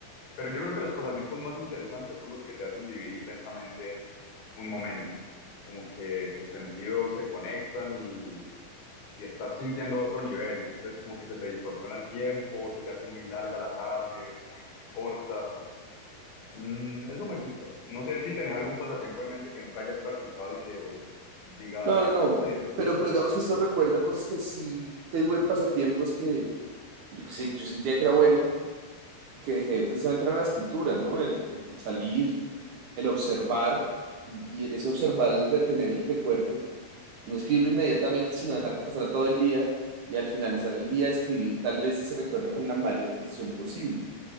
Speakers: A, on the left (about 80°); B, on the right (about 65°).
A: Pero yo creo que los pasatiempos más interesantes son los que te hacen vivir intensamente un momento como que tus sentidos se conectan y y estás sintiendo a otro nivel. Entonces como que se te distorsiona el tiempo, se te hace muy larga la tarde o muy corta. Mm, eso me gusta. No sé si tenés algún pasatiempo en mente que nunca hayas practicado y que vos digas,
B: No, no,
A: esto
B: no.
A: sería interesante.
B: Pero, pero digamos que esto recuerda cosas que sí tuve en pasatiempos que que yo que sí, que yo sentía que era bueno, que dejé precisamente era la escritura, ¿no? El, el, el salir, el observar y, y en ese observar, el retener el recuerdo No escribirlo inmediatamente, sino dejar que pasara todo el día y al finalizar el día escribir tal vez ese recuerdo con la mayor precisión posible.